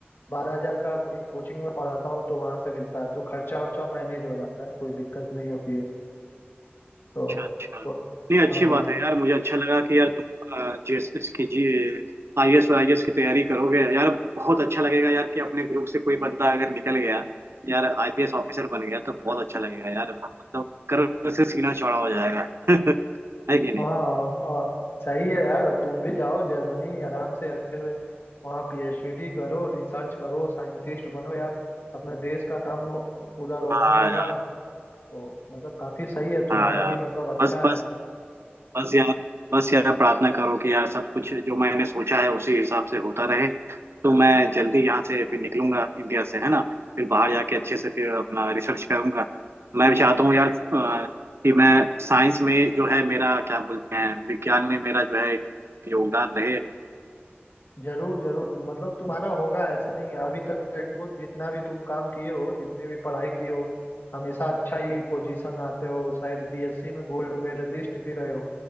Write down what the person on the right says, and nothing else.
अच्छा अच्छा
नहीं अच्छी
बात है यार मुझे अच्छा लगा कि यार तुम अ, जिस इसकी जी आई एस और आई एस की तैयारी करोगे यार बहुत अच्छा लगेगा यार कि अपने ग्रुप से कोई बंदा अगर निकल गया यार आईपीएस ऑफिसर बन गया तो बहुत अच्छा लगेगा यार मतलब कर्व से सीना चौड़ा हो जाएगा <laughs> है कि नहीं
हाँ
यार
हाँ यार
बस बस
बस यार बस यार प्रार्थना करो कि यार सब कुछ जो मैंने सोचा है उसी हिसाब से होता रहे तो मैं जल्दी यहाँ से फिर निकलूंगा इंडिया से है ना फिर बाहर जाके अच्छे से फिर अपना रिसर्च करूंगा मैं भी चाहता हूँ यार अ, कि मैं साइंस में जो है मेरा क्या बोलते हैं विज्ञान में मेरा जो है एक योगदान रहे